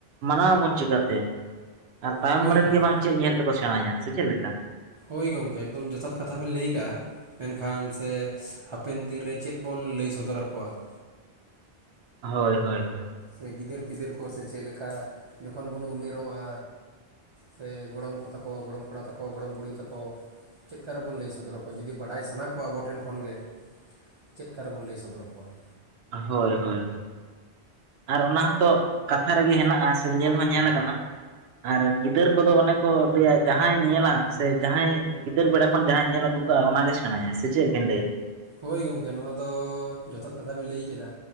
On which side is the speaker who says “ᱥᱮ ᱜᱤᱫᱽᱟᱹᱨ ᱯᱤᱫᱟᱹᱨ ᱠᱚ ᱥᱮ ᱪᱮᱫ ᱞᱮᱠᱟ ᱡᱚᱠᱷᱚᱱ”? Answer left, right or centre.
Right